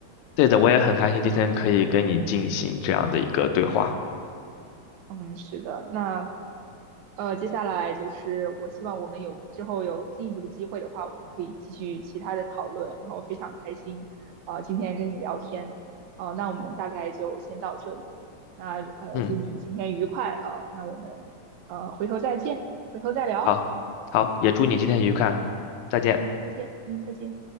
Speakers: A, on the left; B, on the right.
A: 对的，我也很开心今天可以跟你进行这样的一个对话。
B: 嗯，是的，那呃，接下来就是我希望我们有之后有进一步的机会的话，我们可以继续其他的讨论，然后非常开心，呃，今天跟你聊天，呃，那我们大概就先到这里，那呃，
A: 嗯，
B: 祝你今天愉快，呃，那我们呃回头再见，回头再聊，
A: 好，好，也祝你今天愉快，
B: 嗯
A: 再见。
B: 嗯，再见，嗯，再见。